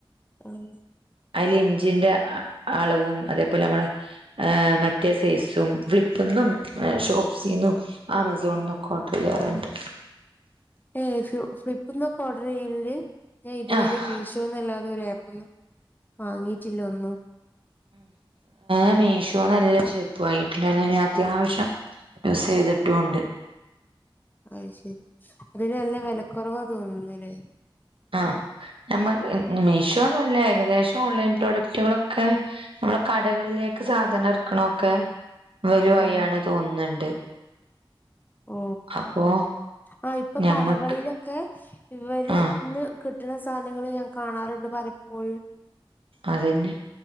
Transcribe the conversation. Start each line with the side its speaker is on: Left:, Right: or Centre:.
Left: ആഹ
Right: അതില് ഇഞ്ചിന്റെ അളവും അതേപോലെ നമ്മള മറ്റേ സൈസും ഫ്ലിപ്പന്നും ഷോപ്പ്സിന്നും ആ മസോൺ നൊക്ക ഓർഡർ ചെയ്യാറു ണ്ട്
Left: ഏ ഫ ഫ്ലിപ്പ്ന്നൊക്കെ ഓർഡർ ചെയ്യല് ണ്ട് ഞാൻ ഇതുവരെ
Right: ആഹ്
Left: മീഷോ മിഷോന്നല്ലാതെ ഒരു ആപ്പ ഒന്നും വാങ്ങിയിട്ടില്ല ഒന്നും
Right: ഉ മീശോ നല്ല ചെരുപ്പ് വാങ്ങിട്ടുണ്ട് അത്യാവശ്യം യൂസ് ചെയ്തിട്ടും ഉണ്ട്
Left: അ ശരി അതിന് നല്ല വിലക്കുറവാ തോന്നുന്നല്ലേ
Right: ആ നമ്മ മീഷോന്നല്ല ഏകദേശം ഓൺലൈൻ പ്രോഡക്റ്റുകളൊക്കെ നമ്മള കടകളിലേക്ക് സാധനം എറക്കണ ഒക്കെ വല് വായി
Left: ആഹ്
Right: ആണ് തോന്നുന്നുണ്ട്
Left: ഓ
Right: അപ്പൊ
Left: ആ ഇപ്പൊ
Right: ഞമ്മക്ക്
Left: കടകളിലൊക്കെ ഇവര്ന്ന്
Right: ആഹ്
Left: കിട്ടുന്ന സാധനങ്ങൾ ഞാൻ കാണാറുണ്ട് പലപ്പോഴും
Right: അതന്നെ